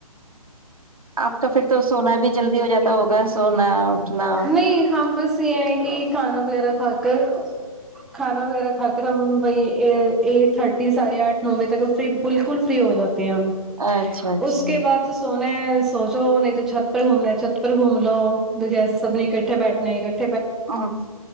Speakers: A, on the right; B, in the centre.
A: آپ کا پھر تو سونا بھی جلدی ہو جاتا ہوگا سونا اٹنا
B: نہیں ہم بس یہ ہے کہ کھانا وغیرہ کھا کر کھانا وغیرہ کھا کر ہم وہی ایٹ تھرٹی ساڑھے آٹھ نو بجے تک فری بالکل فری ہو جاتا ہم
A: اچھا اچھا
B: اس کے بعد سونے سوچو نہیں تو چھت پر گھومنا ہے چھت پر گھوم لو دجھےسے سبنی اکٹھے بیٹھنا اٹھے
A: ا